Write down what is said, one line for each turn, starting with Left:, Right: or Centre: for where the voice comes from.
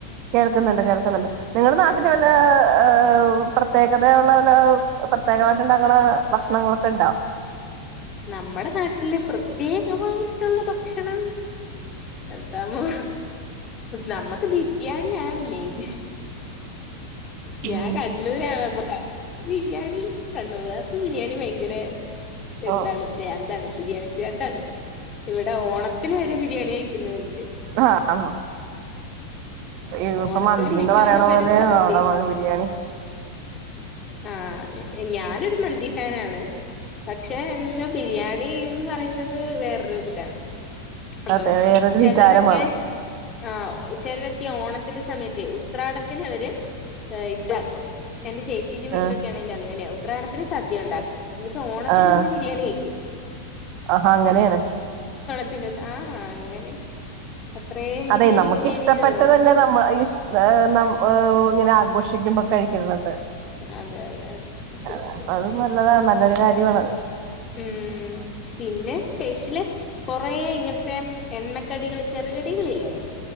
Right: കേൾക്കുന്നുണ്ട് കേൾക്കുന്നുണ്ട് നിങ്ങളുടെ നാട്ടില്
Left: ആഹ്
Right: വല്ല ഹ പ്രത്യേകതയുള്ള പോല പ്രത്യേകമായിട്ട് ഇണ്ടാക്കണ ഭക്ഷണങ്ങളൊക്കെ ഇണ്ടാവും
Left: നമ്മുടെ നാട്ടില പ്രത്യേകമായിട്ടുള്ള ഭക്ഷണം എന്താമോ നമ്മുക്ക് ബിരിയാണിയാണ് മെയിൻ ഞാൻ
Right: ഉം
Left: കണ്ണൂരാണ് അപ്പൊ കണ്ണൂർ ബിരിയാണി കണ്ണൂരാർക്ക് ബിരിയാണി ഭയങ്കര എന്താണ്
Right: ഓഹ്
Left: പ്രാന്താണ് ബിരിയാണി പ്രാന്താണ് ഇവിടെ ഓണത്തിന് വരെ ബിരിയാണി കഴിക്കുന്നവരുണ്ട്
Right: ആഹ് ആണോ ഇപ്പൊ
Left: ഓണത്തിനും
Right: മന്തിന്ന്
Left: വിഷുവിനും
Right: പറയണ
Left: വരെ
Right: പോലെ
Left: സദ്യ
Right: അവിടെ ബിരിയാണി
Left: ആഹ ഞാനൊരു മന്തി ഫാനാണ് പക്ഷെ എന്താ ബിരിയാണി എന്ന് പറയുന്നത് വേറൊരു ഇതാണ് അപ്പം
Right: അതെ വേറൊരു
Left: ചിലരൊക്കെ
Right: വികാരമാണ്
Left: ആ ചിലരൊക്കെ ഓണ ത്തിന്റെ സമയത്തെ ഉത്രാടത്തിന് അവര് ഇതാക്കും എന്റെ ചേച്ചീന്റെ വീട്ടിലൊക്കെ
Right: ആഹ്
Left: ആണെങ്കിലും അങ്ങനെവും ഉത്രാടത്തിന് സദ്യ ഉണ്ടാക്കും. എന്നട്ട് ഓണ <unintelligible> തിൽ
Right: ആഹ്
Left: അന്ന് ബിരിയാണി വെക്ക്യും.
Right: ആഹാ അങ്ങനെണ്.
Left: <unintelligible> തില്ലല്ലോ ആ അങ്ങനെ അത്രയും
Right: അതെ
Left: ബിരിയാണി
Right: നമ്മക്ക്
Left: ബിരിയാണി
Right: ഇഷ്ടപ്പെട്ടതല്ലെ
Left: എന്നുള്ളായിരുന്നു
Right: നമ്മൾ ഇഷ് നമ് ഇങ്ങനെ ആഘോഷി ക്ഷിക്കുമ്പോ കഴിക്ണത് അത്.
Left: അതെ അതെ അതെ
Right: അതാണ്
Left: തീർച്ചയായിട്ടും
Right: അപ്പ അത് നല്ലതാണ് നല്ലൊരു കാര് <unintelligible>
Left: മ് പിന്നെ സ്പെഷ്യല് കൊറെ ഇങ്ങൻത്തെ എണ്ണ കടികൾ ചെറുകടികളല്ലേ